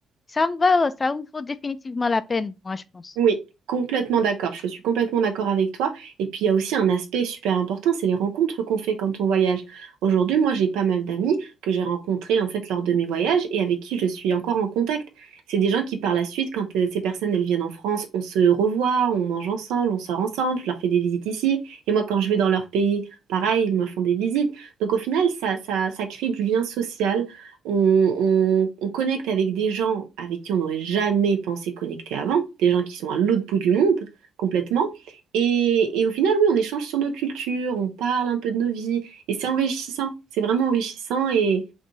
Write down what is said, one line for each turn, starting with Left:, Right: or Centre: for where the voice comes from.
Left: ça en va, ça en vaut définitivement la peine, moi, je pense.
Right: Oui, complètement d'accord. Je suis complètement d'accord avec toi. Et puis il y a aussi un aspect super important, c'est les rencontres qu'on fait quand on voyage. Aujourd'hui, moi, j'ai pas mal d'amis que j'ai rencontrés en fait lors de mes voyages et avec qui je suis encore en contact. C'est des gens qui par la suite, quand euh, ces personnes elles viennent en France, on se revoit, on mange ensemble, on sort ensemble, je leur fais des visites ici. Et moi, quand je vais dans leur pays, pareil, ils me font des visites. Donc au final, ça, ça, ça crée du lien social on, on- on connecte avec des gens avec qui on n'aurait jamais pensé connecter avant, des gens qui sont à l'autre bout du monde complètement. Et, et au final, oui, on échange sur nos cultures, on parle un peu de nos vies, et c'est enrichissant, c'est vraiment enrichissant et,